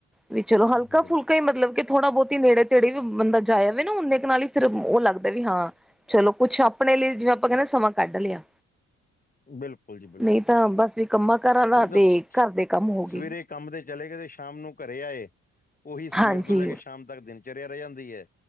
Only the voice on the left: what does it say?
ਹੂੰ,
ਬਿਲਕੁਲ
ਬਿਲਕੁਲ ਜੀ ਬਿਲਕੁਲ
ਬਿਲਕੁਲ
ਨਹੀਂ
ਤਾਂ ਸ-
ਸਵੇਰੇ ਕੰਮ 'ਤੇ ਚਲੇਗੇ ਤੇ ਸ਼ਾਮ ਨੂੰ ਘਰੇ ਆਏ, ਓਹੀ ਸਵੇਰ
ਤੋਂ ਲੈ ਕੇ ਸ਼ਾਮ ਤਕ ਦਿਨਚਰਿਆ ਰੈ ਜਾਂਦੀ ਐ।